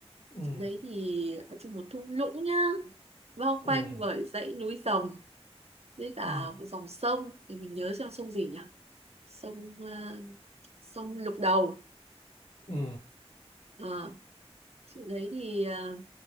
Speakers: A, on the left; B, on the right.
A: ừ
B: chỗ đấy thì ở trong một thung lũng nhá bao
A: ừ
B: quanh bởi dãy núi rồng với cả
A: ừ
B: một dòng sông thì mình nhớ xem sông gì nhỉ sông ờ, sông Lục Đầu
A: ừ
B: Ờ, chỗ đấy thì ờ,